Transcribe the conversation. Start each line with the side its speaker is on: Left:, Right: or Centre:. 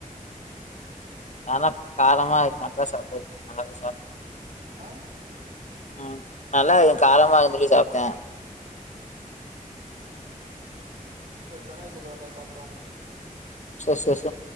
Left: நாலா காரமா இருக்கான்தா சாப்ட்வே நல்லாதா சாப்
Right: ஆ
Left: ம் நல்லா இருக்கு காரமா இருக்குன் சொல்லி சாப்ட்டே
Right: எ சென்னை சைட்ல வந்தா சாப்ட்டு அனுப்பு
Left: சேர் சேர் சே